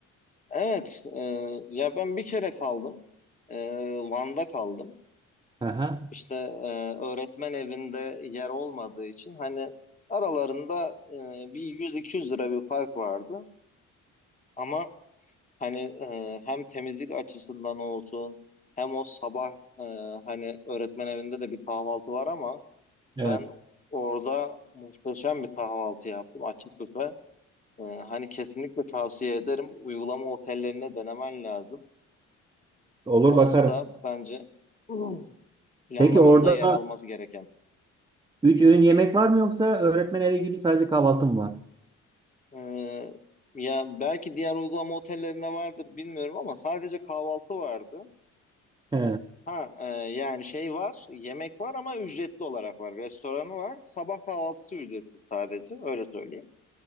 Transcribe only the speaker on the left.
Evet. e, ya ben bir kere kaldım. E, Van'da kaldım.
İşte e, öğretmen evinde yer olmadığı için hani aralarında e, bir 100-200 lira bir fark vardı. Ama hani e, hem temizlik açısından olsun hem o sabah e, hani öğretmen evinde de bir kahvaltı var ama
ben orada muhteşem bir kahvaltı yaptım açık büfe. E, hani kesinlikle tavsiye ederim. Uygulama otellerine denemen lazım.
Orası
da bence <clears throat> planlamanda
yer alması gereken.
Ee, ya belki diğer uygulama otellerinde vardır bilmiyorum ama sadece kahvaltı vardı.
Ha e, yani şey var, yemek var ama ücretli olarak var. Restoranı var. Sabah kahvaltısı ücretsiz sadece öyle söyleyeyim.